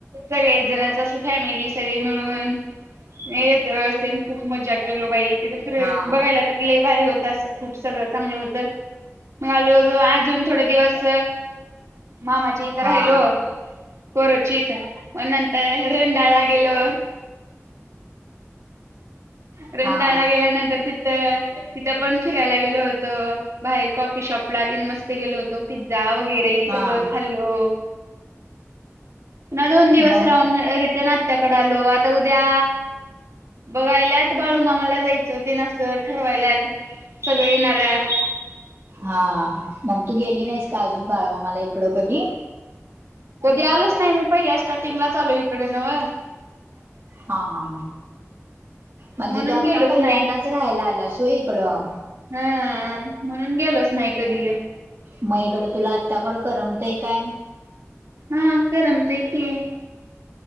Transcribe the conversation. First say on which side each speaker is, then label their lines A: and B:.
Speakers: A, on the right (about 70°); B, on the right (about 50°).
A: सगळेजणच असं फॅमिली सगळी मिळून मग येत्या वेळेस ते खूप मज्जा केलो बाई. तिथं
B: हा
A: बघायला तर लई भारी होतं असं खूप सगळं चांगलं होतं. मग आलो अजून थोडे दिवस मामाच्या इथं
B: हा
A: राहिलो. कोरोचीत मग नंतर रेंदाळ ला गेलो. रेंदाळला
B: हा
A: गेल्यानंतर तिथं तिथं पण फिरायला गेलो होतो. बाहेर कॉफी शॉपला तेन मस्त गेलो होतो. पिझ्झा वगैरे ते
B: हा
A: सगळं खाल्लो. ना दोन दिवस
B: मग
A: राहून रिटर्न आत्याकडे आलो. आता उद्या बघायल्यात बाळूमामाला जायचं तेन असं ठरवायल्यात. सगळे येणार आहेत.
B: हा मग तू गेली नाहीस का अजून बाळूमामाला इकडं कधी?
A: कधी आलोच नाही मी पहिल्या स्टार्टिंगलाच आलो इकडं नव्हं.
B: हा हा. म्हणजे
A: म्हणून
B: तु आता
A: गेलोच
B: पहिल्यांदाच
A: नाही
B: राहायला आल्यास होय इकडं?
A: हा म्हणून गेलोच नाही कधी.
B: मग इकडं तुला आत्ताकडं करमतय काय?
A: हम्म करमतय की.